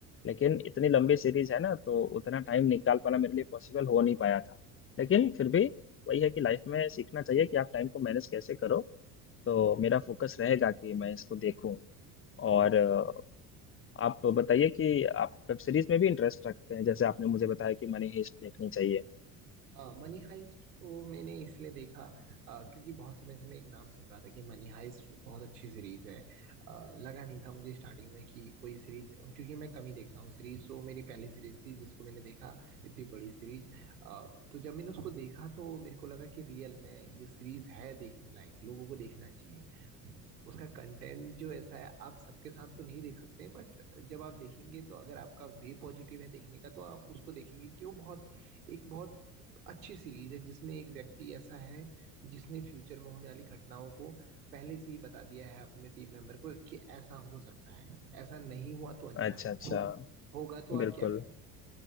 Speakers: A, on the left (about 25°); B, on the right (about 75°).
A: लेकिन इतनी लंबी सीरीज है ना तो उतना टाइम निकाल पाना मेरे लिए पॉसिबल हो नहीं पाया था लेकिन फिर भी वही है कि लाइफ में सीखना चाहिए कि आप टाइम को मैनेज कैसे करो तो मेरा फोकस रहेगा कि मैं इसको देखूं और अ, आप बताइए कि आप वेब सीरीज में भी इंटरेस्ट रखते हैं जैसे आपने मुझे बताया कि मनी हिस्ट देखनी चाहिए
B: हाँ मनी हाइस्ट को मैंने इसलिए देखा अ, क्योंकि बहुत समय से मैं एक नाम सुन रहा था कि मनी हाइस्ट बहुत अच्छी सीरीज है अ, लगा नहीं था मुझे स्टार्टिंग में कि कोई सीरीज क्योंकि मैं कम ही देखता हूँ सीरीज तो मेरी पहली सीरीज थी जिसको मैंने देखा इतनी बड़ी सीरीज तो जब मैंने उसको देखा तो मेरे को लगा कि रियल में ये सीरीज है देखने लायक लोगों को देखना चाहिए उसका कंटेंट जो ऐसा है आप सबके साथ तो नहीं देख सकते हैं बट जब आप देखेंगे तो अगर आपका वे पॉजिटिव है देखने का तो आप उसको देखेंगे कि वो बहुत एक बहुत अच्छी सीरीज है जिसमें एक व्यक्ति ऐसा है जिसने फ्यूचर में होने वाली घटनाओं को पहले से ही बता दिया है अपने टीम मेंबर को कि ऐसा हो सकता है ऐसा नहीं हुआ तो अच्छा
A: अच्छा अच्छा
B: होगा होगा तो आप
A: बिल्कुल
B: क्या करेंगे